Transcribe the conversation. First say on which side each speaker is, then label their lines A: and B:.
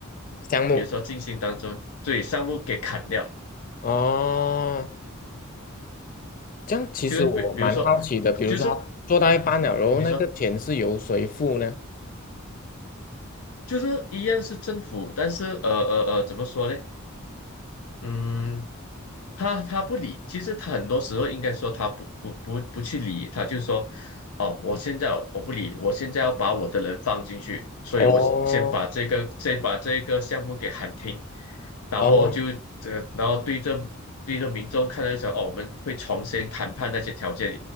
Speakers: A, on the left; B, on the left.
A: 项目
B: 比如说进行当中，对，项目给砍掉，
A: 哦，这样其实我蛮好奇的，
B: 就是比比如说，
A: 比如说他做到一半了，
B: 就是 <laughs>
A: 然后那个钱是由谁付呢？
B: 你说就是一样是政府，但是呃呃呃，怎么说呢？嗯。他他不理，其实他很多时候应该说他不不不不去理，他就说，哦，我现在我不理，我现在要把我的人放进去，所以我先把这个先把这个项目给喊停，
A: 哦
B: 然后就这、
A: 哦，
B: 然后对着对着民众看到想，哦，我们会重新谈判那些条件，